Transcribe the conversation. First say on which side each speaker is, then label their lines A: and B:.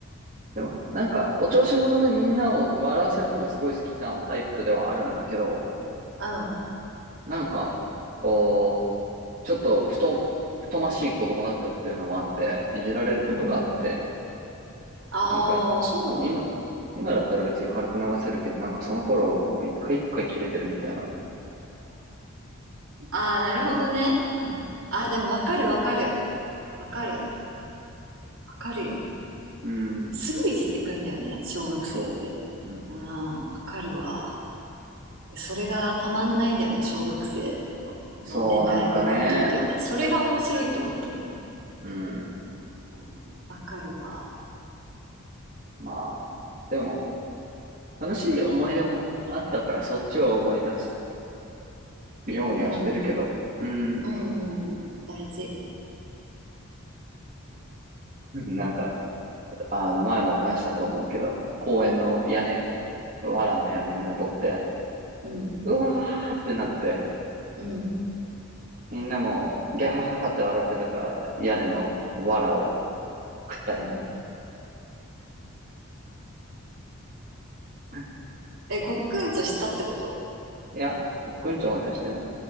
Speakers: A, on the right; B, on the right.
A: でも、なんか、お調子者でみんなを笑わせるのがすごい好きなタイプではあるんだけど、
B: あ
A: なんか、こう、ちょっと、ふと、太ましい子供だったっていうのもあって、いじられることがあって、
B: うんあ、
A: なんか、
B: そう。
A: 今、今だったら別に軽く流せるけど、なんかその頃、もう一回一回切れてるみたいな。
B: ああ、なるほどね。
A: うん。
B: あ、でもわかるわかる。わかる。わかるよ。
A: うん。
B: すぐいじってくんだよね、小学生って。
A: そう。うん。
B: うん、わかるわ。で、それがたまんないんだよね、小学生の、の年代の子にとってはね。
A: そう、なんかね。
B: それが面白いって思ってんだよね。
A: うん。
B: うん、わかるわ。
A: まあ、でも、楽しい思い出もあったから、そっちを思い出すようにはしてるけど。
B: うん。うん
A: うん。
B: うんうん。大事。
A: なんか、あの、前も話したと思うけど、公園の屋根、藁の屋根に登って、
B: うん。
A: うわーってなって、
B: うん。
A: みんなも、ギャーって笑ってたから、屋根の藁を
B: うん。
A: 食ったりね。
B: うん
A: か
B: え、ごっくんとしたってこと
A: いや、コックンチョまではしてない。